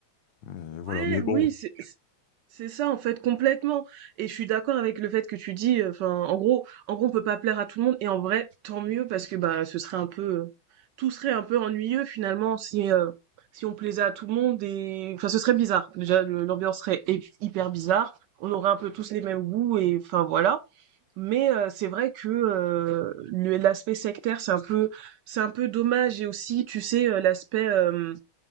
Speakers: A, on the left; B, on the right.
A: Euh, voilà.
B: Ouais,
A: Mais bon.
B: oui, c'est c'est c'est ça en fait complètement. Et je suis d'accord avec le fait que tu dis, euh, enfin en gros, en gros on peut pas plaire à tout le monde et en vrai tant mieux parce que bah ce serait un peu, euh, tout serait un peu ennuyeux finalement si euh, si on plaisait à tout le monde et enfin ce serait bizarre. Déjà le- l'ambiance serait hy- hyper bizarre. On aurait un peu tous les mêmes goûts et enfin voilà. Mais euh, c'est vrai que euh, le- l'aspect sectaire, c'est un peu, c'est un peu dommage. Et aussi, tu sais, euh, l'aspect, euh,